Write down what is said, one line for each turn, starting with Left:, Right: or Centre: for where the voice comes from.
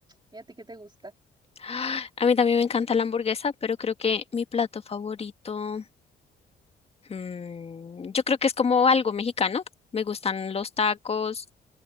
Right: ¿Y a ti qué te gusta?
Left: <gasps> A mí también me encanta la hamburguesa, pero creo que mi plato favorito, mm, yo creo que es como algo mexicano. Me gustan los tacos,